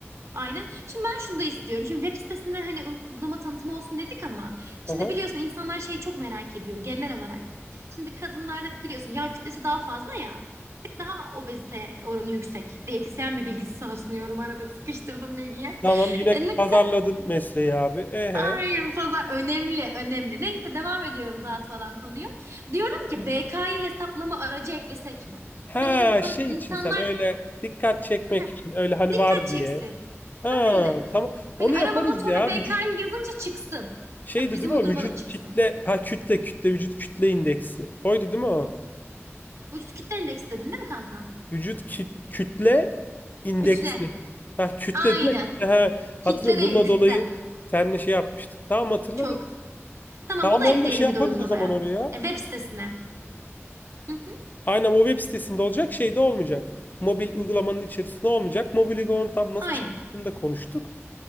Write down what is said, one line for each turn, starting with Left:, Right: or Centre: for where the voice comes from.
Right: Aynen. Şimdi ben şunu da istiyorum. Şimdi web sitesinde hani uygulama tanıtımı olsun dedik ama
Left: Hı
Right: şimdi
Left: hı.
Right: biliyorsun insanlar şeyi çok merak ediyor genel olarak. Şimdi kadınlarda biliyorsun yağ kütlesi daha fazla ya. daha obezite oranı yüksek. Diyetisyen bir bilgisi sana sunuyorum arada sıkıştırdım bilgiyi.
Left: Tamam yine
Right: E, neyse
Left: pazarladın mesleği abi. Ehe.
Right: ay bu fazla önemli önemli. Neyse devam ediyorum dağıtmadan konuyu. Diyorum ki BK'yı hesaplama aracı eklesek mi?
Left: Ha
Right: Hani en azından
Left: şey
Right: insanlar
Left: için sen öyle dikkat çekmek
Right: <laughs>
Left: için öyle hani
Right: dikkat
Left: var
Right: çeksin.
Left: diye. Ha
Right: Aynen.
Left: tamam.
Right: Hani
Left: Onu
Right: arama
Left: yaparız
Right: motoruna
Left: ya.
Right: BK'yı
Left: Vücut
Right: yazınca çıksın.
Left: şeydi
Right: Hani bizim
Left: değil
Right: uygulama
Left: mi o? Vücut
Right: da çıksın.
Left: kütle ha kütle kütle vücut kütle indeksi. Oydu değil mi o?
Right: Vücut kitle endeksi dedin değil mi kanka?
Left: Vücut kü- kütle indeksi.
Right: Kütle.
Left: Ha, kütle
Right: Aynen.
Left: değil mi? Kütle, ha,
Right: Kitle
Left: hatırlıyorum.
Right: değil
Left: Bununla
Right: kütle.
Left: dolayı seninle şey yapmıştık. Tamam hatırladım.
Right: Çok. Tamam
Left: Tamam
Right: bunu
Left: onu
Right: ekleyelim
Left: da şey yaparız
Right: bir de uygulamaya.
Left: o zaman oraya.
Right: Ya web sitesine. Hı hı,
Left: Aynen o web sitesinde olacak şey de olmayacak. Mobil uygulamanın içerisinde olmayacak. Mobil uygulamanın tam nasıl
Right: aynen.
Left: çalıştığını da konuştuk.